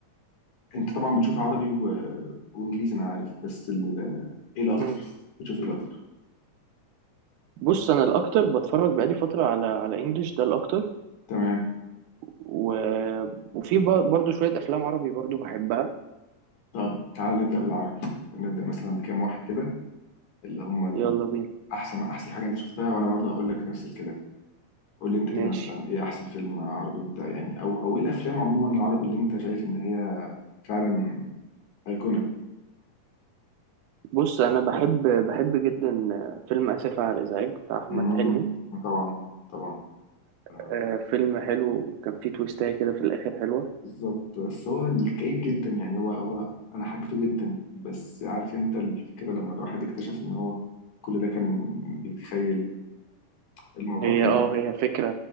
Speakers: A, on the left; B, on the right.
A: انت طبعا بتشوف عربي و... وانجليزي انا عارف بس ال... ايه الاكتر
B: مم.
A: بتشوف ايه الاكتر
B: بص أنا الأكتر بتفرج بقالي فترة على على إنجلش ده الأكتر
A: تمام
B: و... وفي ب- برضو شوية أفلام عربي برضو بحبها
A: طب تعالى نبدا بالعربي نبدا مثلا بكام واحد كده اللي هم ال-
B: يلا بينا
A: احسن احسن حاجه انت شفتها وانا برضه هقول لك نفس الكلام قول لي انت
B: ماشي
A: كده مثلا ايه احسن فيلم عربي انت يعني او او ايه الافلام عموما العربي اللي انت شايف ان هي فعلا ايقونه
B: بص أنا بحب بحب جدا فيلم آسف على الإزعاج بتاع أحمد
A: امم
B: حلمي
A: طبعا طبعا آه،
B: آه، فيلم حلو كان فيه تويستاية كده في الآخر حلوة
A: بالظبط بس هو الكئيب جدا يعني هو هو انا حبيته جدا بس عارف انت الفكره لما الواحد اكتشف ان هو كل ده كان بيتخيل الموضوع
B: هي
A: كان
B: اه هي فكرة